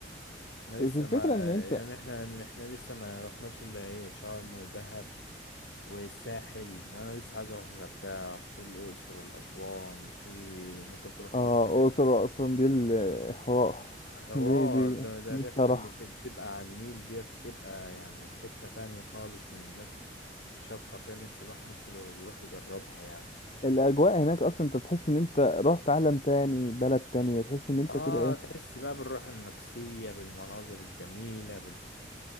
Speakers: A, on the left (about 75°); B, on the left (about 35°).
A: احنا
B: بس
A: لسه
B: الفكرة
A: ما
B: إن أنت
A: يعني احنا احنا لسه ما رحناش الا ايه شرم ودهب والساحل انا لسه عايز اروح الغردقه في الاقصر والاسوان في ممكن تروح تقضي
B: آه أقصر وأسوان دي الحوار
A: حوار
B: دي دي
A: ده ده
B: دي
A: الرحله
B: بصراحة
A: اللي بتبقى على النيل ديت بتبقى يعني في حته تانية خالص من الناس بت- بتشكر فيها نفس الواحد نفسه يروح يجربها يعني
B: الأجواء هناك أصلا أنت بتحس إن أنت رحت عالم تاني بلد تانية تحس إن أنت
A: اه
B: كده إيه
A: تحس بقى بالراحه النفسيه بالمناظر الجميله